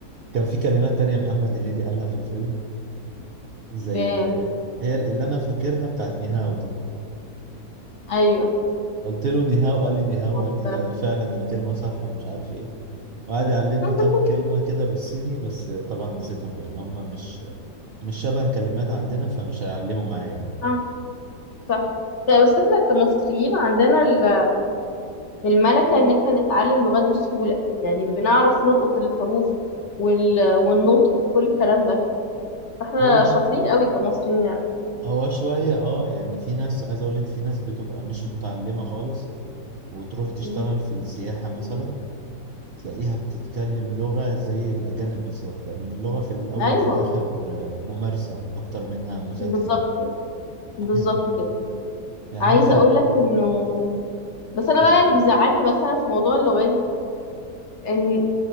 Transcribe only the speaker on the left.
فاهم
ايوه
مصر
<laughs>
آه، صح لا بس احنا كمصريين عندنا ال- الملكة ان احنا نتعلم لغات بسهولة يعني بنعرف نلقط الحروف وال... والنطق وكل الكلام ده فاحنا
شاطرين قوي كمصريين يعني
مم.
ايوه
بالظبط
كده بالظبط
كده
عايزة
اقول لك انه بس انا
بقى اللي بيزعلني مثلا في موضوع اللغات ان